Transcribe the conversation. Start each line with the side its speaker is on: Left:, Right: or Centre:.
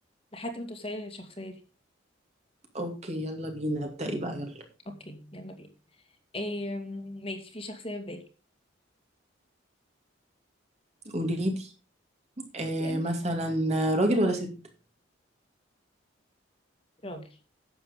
Left: لحد ما توصلي للشخصية دي
Right: اوكي يلا بينا ابدأي بقى يلا
Left: اوكي يلا بينا إيه ماشي في شخصية في بالي
Right: قولي لي آه
Left: اسألي
Right: مثلا راجل ولا ست
Left: راجل